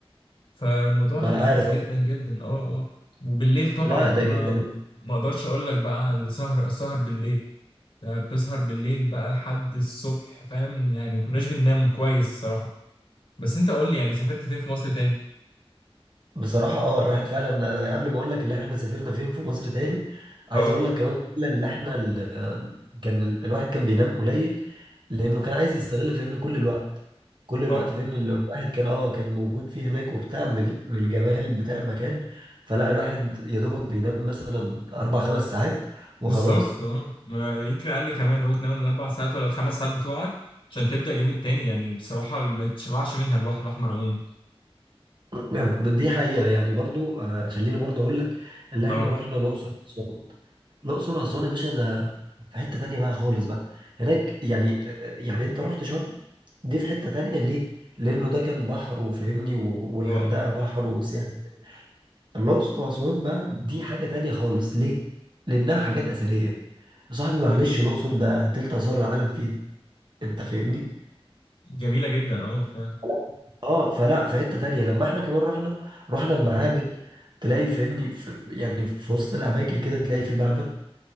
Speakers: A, on the left (about 55°); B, on the right (about 50°).
A: فالموضوع
B: ما انا
A: لذيذ
B: عارف
A: جدا
B: آه،
A: جدا اه اه وبالليل طبعا
B: لا ده
A: ما
B: جدا
A: ما اقدرش اقول لك بقى على السهر السهر بالليل ده بتسهر بالليل بقى لحد الصبح فاهم يعني كناش بننام كويس الصراحة بس انت قول لي يعني سافرت فين في مصر تاني
B: بصراحة اه الواحد فعلا آه، قبل ما اقول لك اللي احنا سافرنا فين في مصر تاني عايز
A: اه
B: اقول لك كمان فعلا اللي احنا ال- آه، كان ال- الواحد كان بينام قليل لانه كان عايز يستغل فهمني كل الوقت كل الوقت
A: آه.
B: فهمني اللي الواحد كان اه كان موجود فيه هناك وبتاع من من الجمال بتاع المكان فلا الواحد يا دوبك بينام مثلا اربع خمس ساعات وخلاص
A: بالظبط اه ما- يمكن اقل كمان اللي هو تنام الاربع ساعات ولا الخمس ساعات بتوعك عشان تبدا اليوم التاني يعني بصراحه ما تشبعش منها البحر الاحمر عموما
B: <clears throat> دي حقيقة يعني برضو آه، خليني برضو أقول لك اللي إحنا
A: اه
B: رحنا الأقصر وأسوان الأقصر وأسوان يا باشا ده في حتة تانية بقى خالص بقى هناك يعني آه، آه، يعني أنت رحت شرم دي في حتة تانية ليه؟ لأنه ده كان بحر وفاهمني و- والغردقة
A: اه اه
B: بحر وسياحة الأقصر وأسوان بقى دي حاجة تانية خالص ليه؟ لأنها حاجات أثرية يا صاحبي معلش الأقصر ده تلت آثار العالم فيها أنت فاهمني؟
A: جميله جدا اه فعلا
B: فلا- اه فلا في حتة تانية لما احنا كمان رحنا رحنا المعابد تلاقي فاهمني في يعني في وسط الاماكن كده تلاقي في معبد